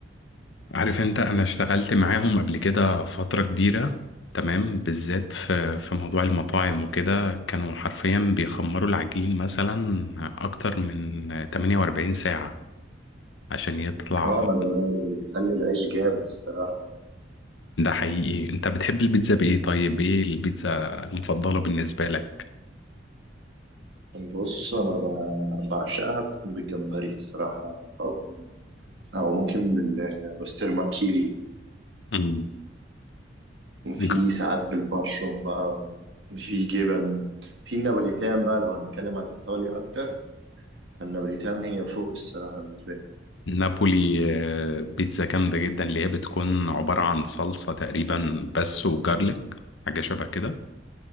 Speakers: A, on the left; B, on the right.
A: عارف انت انا اشتغلت معاهم قبل كده فترة كبيرة تمام بالذات في في موضوع المطاعم وكده كانوا حرفيا بيخمروا العجين مثلا اكتر من 48 ساعة عشان يطلع
B: اه ما ده اللي بيخلي العيش جامد الصراحة
A: ده حقيقي انت بتحب البيتزا بايه طيب ايه البيتزا المفضلة بالنسبة لك
B: بص أنا ب- بعشقها بتكون بالجمبري الصراحة أو أو ممكن بالبسطرمة كيري
A: مم.
B: وفي
A: ج-
B: ساعات بالبشروم بقى في جبن في النابوليتان بقى لو هنتكلم عن إيطاليا أكتر فالنابوليتان هي فوق الصراحة بالنسبة لي
A: نابولي آه، بيتزا جامدة جدا اللي هي بتكون عبارة عن صلصة تقريبا بس وجارليك حاجة شبه كده